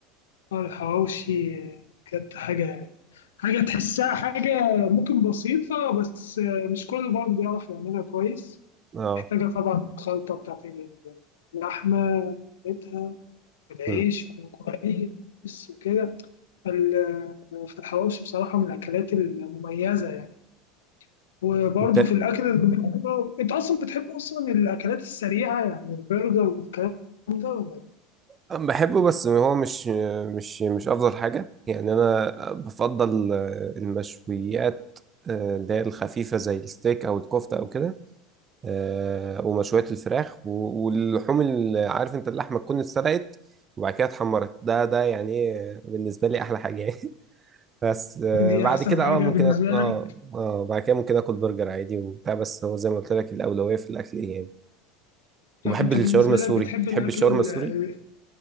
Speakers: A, on the left; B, on the right.
A: آه، الحواوشي بجد حاجة حاجة تحسها حاجة ممكن بسيطة بس مش كل برضه بيعرف يعملها كويس
B: اه
A: محتاجة طبعا الخلطة بتاعت اللحمة بتاعتها والعيش
B: مم.
A: يكون كويس وكده فال- فالحواوشي بصراحة من الأكلات المميزة يعني وبرضه
B: انت
A: في الأكل الب- أنت أصلا بتحب أصلا الأكلات السريعة يعني البرجر والكلام ده ولا إيه؟
B: أنا بحبه بس هو مش مش مش افضل حاجه يعني انا بفضل آه، المشويات آه، اللي هي الخفيفه زي الستيك او الكفته او كده آه، ومشويات الفراخ و- واللحوم اللي عارف انت اللحمه تكون اتسلقت وبعد كده اتحمرت ده ده يعني آه، بالنسبه لي احلى حاجه يعني <laughs> بس آه،
A: دي
B: بعد
A: أحسن
B: كده
A: حاجة
B: اه ممكن
A: بالنسبة
B: أك...
A: لك؟
B: اه اه بعد كده ممكن اكل برجر عادي وبتاع بس هو زي ما قلت لك الاولويه في الاكل ايه يعني وبحب
A: يعني انت
B: الشاورما
A: بالنسبة
B: السوري
A: لك بتحب
B: بتحب
A: الأكل
B: الشاورما
A: ال-
B: السوري
A: ال-